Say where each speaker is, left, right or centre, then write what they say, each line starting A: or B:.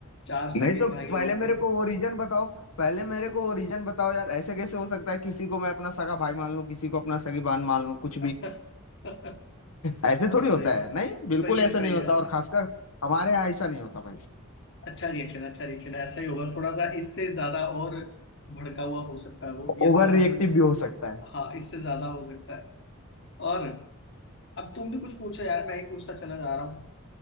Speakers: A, on the left; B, on the left.
A: चार सगे
B: नहीं तो
A: भाई
B: पहले
A: और
B: मेरे
A: थे <laughs>
B: को वो रीजन बताओ पहले मेरे को वो रीजन बताओ यार ऐसे कैसे हो सकता है किसी को मैं अपना सगा भाई मान लूं किसी को अपना सगी बहन मान लूं कुछ भी
A: हाँ
B: ऐसे
A: सही
B: थोड़ी होता है नहीं बिल्कुल
A: सही है
B: ऐसे
A: सही
B: नहीं होता
A: है
B: और खासकर हमारे यहाँ ऐसा नहीं होता भाई
A: अच्छा रिएक्शन अच्छा रिएक्शन ऐसा ही होगा थोड़ा सा इससे ज्यादा और भड़का हुआ हो सकता है वो ये
B: ओवर
A: तो
B: रिएक्टिव
A: अभी
B: भी हो सकता है
A: हाँ इससे ज्यादा हो सकता है और अब तुम भी कुछ पूछो यार मैं ही पूछता चला जा रहा हूँ